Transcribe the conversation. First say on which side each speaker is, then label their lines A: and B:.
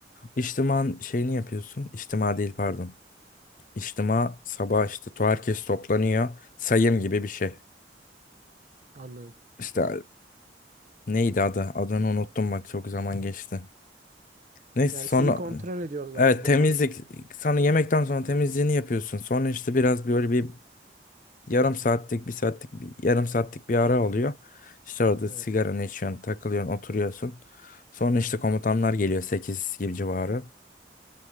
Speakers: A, on the left (about 45°); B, on the right (about 45°).
A: İçtiman şeyini yapıyorsun. İçtima değil pardon. İçtima sabah işte to herkes toplanıyor. Sayım gibi bir şey.
B: Anladım.
A: İşte neydi adı? Adını unuttum bak çok zaman geçti. Neyse
B: Yani
A: sonra
B: sizi kontrol ediyorlar.
A: evet
B: Burada
A: temizlik
B: mısınız?
A: sonra yemekten sonra temizliğini yapıyorsun. Sonra işte biraz böyle bir Yarım saatlik, bir saatlik, bir, yarım saatlik bir ara oluyor. İşte orada
B: Evet.
A: sigaranı içiyorsun, takılıyorsun, oturuyorsun. Sonra işte komutanlar geliyor 8 gibi civarı.